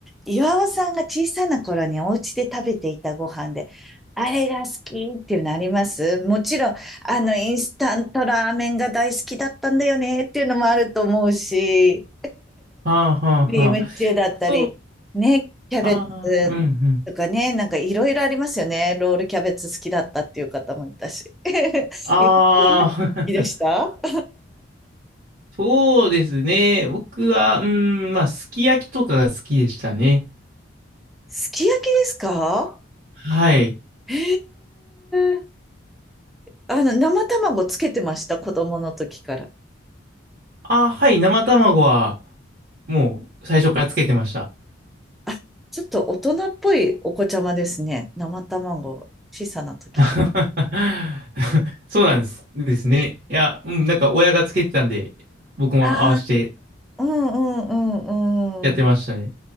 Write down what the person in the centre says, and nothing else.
岩尾さんが小さな頃にお家で食べていたご飯で、あれが好きっていうのありますもちろん、あの、インスタントラーメンが大好きだったんだよねっていうのもあると思うし、
クリームシチューだったり、
ね、キャベツ
とかね、なんかいろいろありますよね。ロールキャベツ好きだったっていう方もいたし。<laughs>
ゆかさん好きでした
すき焼きですか
へえ。あの、生卵つけてました、子供の時から。
あちょっと大人っぽいお子ちゃまですね。生卵、小さな時か
ら。ああうんうんう
んうん。